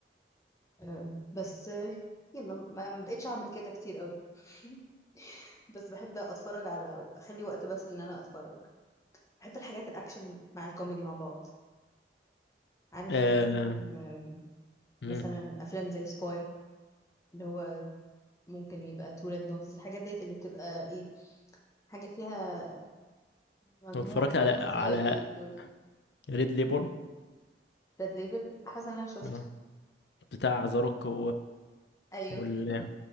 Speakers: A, on the left; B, on the left.
A: آه، بس آه، يلا ما ما بقتش اعمل كده كتير قوي <laughs> بس بحب اتفرج على اخلي وقت بس ان انا اتفرج بحب الحاجات الاكشن مع الكوميدي مع بعض عارف
B: آه،
A: زي فيلم آم،
B: امم
A: مثلا افلام زي سباي اللي هو ممكن يبقى تولد نوتس الحاجات ديت اللي بتبقى ايه حاجة فيها مجموع
B: اتفرجت
A: زي
B: على
A: السي
B: على
A: اي اي يقول
B: ريد ليبل
A: ريد ليبل حصل انا شفته
B: اه بتاع ذا روك و...
A: ايوه
B: وال
A: <laughs>